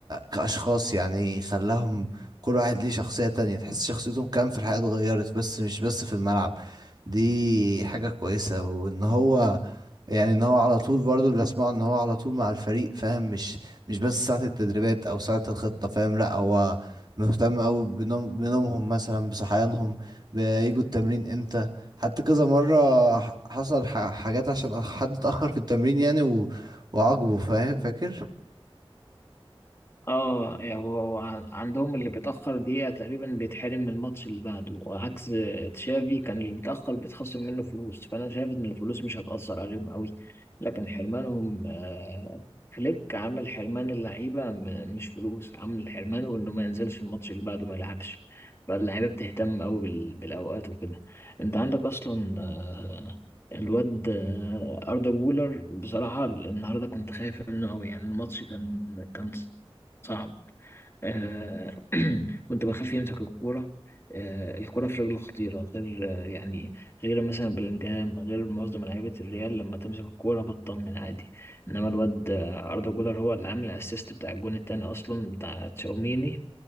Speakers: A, on the right; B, on the left.
A: كاشخاص يعني خلاهم كل واحد ليه شخصيه تانية تحس شخصيتهم كام في الحياه اتغيرت بس مش بس في الملعب دي حاجه كويسه وان هو يعني ان هو على طول برضو اللي اسمعه ان هو على طول مع الفريق فاهم مش مش بس ساعة التدريبات او ساعة الخطة فاهم لا هو مهتم قوي بنوم بنومهم مثلا بصحيانهم بيجوا التمرين امتى حتى كذا مرة ح- حصل ح- حاجات عشان حد اتأخر في التمرين يعني و... وعاقبه فاهم فاكر
B: اه يعني هو هو عن- عندهم اللي بيتأخر دقيقة تقريبا بيتحرم من الماتش اللي بعده وعكس تشافي كان اللي بيتأخر بيتخصم منه فلوس فأنا شايف إن الفلوس مش هتأثر عليهم قوي لكن حرمانهم آه، فليك عامل حرمان اللعيبة م- مش فلوس عامل حرمانه إنه ما ينزلش الماتش اللي بعده ما يلعبش فاللعيبة بتهتم قوي بال- بالأوقات وكده أنت عندك أصلا آه، الواد آه، أردا جولر بصراحة النهاردة كنت خايف منه قوي يعني الماتش كان كان صعب آه <clears throat> كنت بخاف يمسك الكورة آه الكورة في رجله خطيرة غير آه يعني غير مثلا بلينجهام غير معظم لعيبة الريال لما تمسك الكورة بتطمن عادي إنما الواد آه أردا جولر هو اللي عامل الأسيست بتاع الجون التاني أصلا بتاع تشاوميني